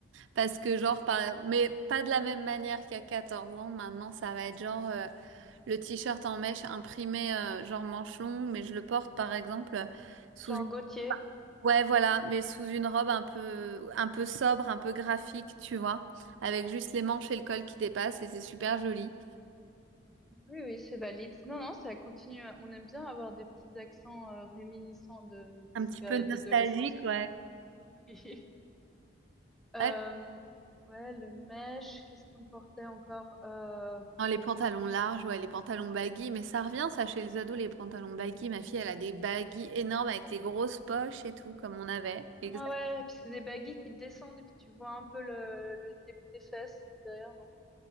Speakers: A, on the right; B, in the centre.
A: parce que genre, par- mais pas de la même manière qu'à 14 ans. Maintenant, ça va être genre euh, le t-shirt en mèche imprimé euh, genre manche longue, mais je le porte par exemple euh, sous
B: Jean Gaultier.
A: Ouais, voilà, mais sous une robe un peu, un peu sobre, un peu graphique, tu vois, avec juste les manches et le col qui dépassent, et c'est super joli.
B: Oui, oui, c'est valide. Non, non, ça continue. à- On aime bien avoir des petits accents euh, réminiscents de, de
A: Un
B: ces
A: petit
B: périodes
A: peu nostalgique,
B: d'adolescence.
A: ouais.
B: <laughs> Euh,
A: Ouais.
B: ouais, le mesh, qu'est-ce qu'on portait encore? Euh,
A: Non, les pantalons larges, ouais, les pantalons baggy, mais ça revient, ça, chez les ados, les pantalons baggy. Ma fille, elle a des baggy énormes avec les grosses poches et tout, comme on avait. Exact.
B: ouais, ouais, et puis c'est des baggy qui descendent et puis tu vois un peu le, le début des fesses derrière, non?